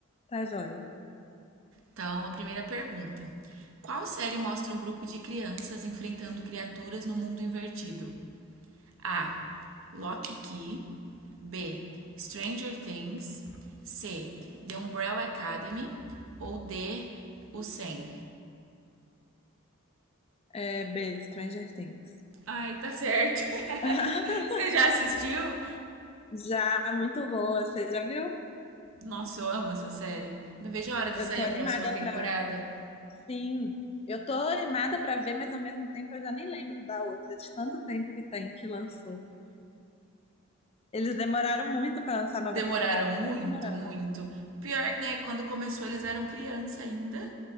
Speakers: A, on the left; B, on the right.
A: Tá joia.
B: Então, a primeira pergunta. Qual série mostra um grupo de crianças enfrentando criaturas no mundo invertido? A. Lock Key. B. Stranger Things. C. The Umbrella Academy. Ou D. O 100.
A: É, B, Stranger Things.
B: Ai, tá certo.
A: <laughs>
B: <laughs> Você já assistiu?
A: Já, muito boa. Você já viu?
B: Nossa, eu amo essa série. Não vejo a hora de
A: Eu
B: sair
A: tô animada
B: a próxima temporada.
A: pra. Sim. Eu tô animada pra ver, mas ao mesmo tempo eu já nem lembro da outra, de tanto tempo que tem que lançou. Eles demoraram muito pra lançar a nova
B: Demoraram
A: temporada.
B: muito,
A: Estão demorando.
B: muito. Pior, né? Quando começou, eles eram criança ainda.